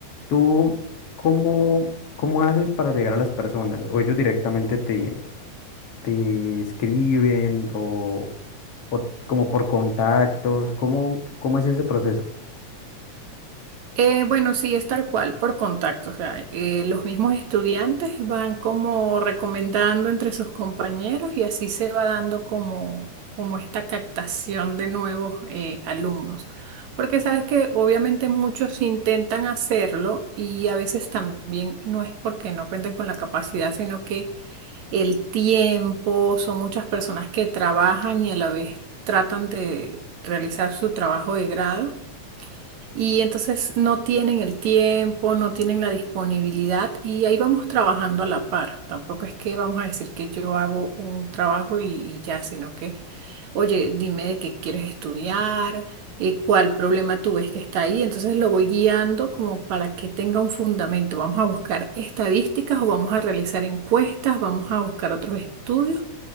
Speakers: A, on the left; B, on the right.
A: ¿Tú cómo, cómo haces para llegar a las personas? ¿O ellos directamente te, te escriben o, o como por contactos? ¿Cómo, cómo es ese proceso?
B: Eh, bueno, sí, es tal cual, por contacto. O sea, eh, los mismos estudiantes van como recomendando entre sus compañeros y así se va dando como, como esta captación de nuevos eh, alumnos. Porque sabes que obviamente muchos intentan hacerlo y a veces también no es porque no cuenten con la capacidad, sino que el tiempo, son muchas personas que trabajan y a la vez tratan de realizar su trabajo de grado y entonces no tienen el tiempo, no tienen la disponibilidad y ahí vamos trabajando a la par. Tampoco es que vamos a decir que yo hago un trabajo y, y ya, sino que, oye, dime de qué quieres estudiar, eh, cuál problema tú ves que está ahí. Entonces lo voy guiando como para que tenga un fundamento. Vamos a buscar estadísticas o vamos a realizar encuestas, vamos a buscar otros estudios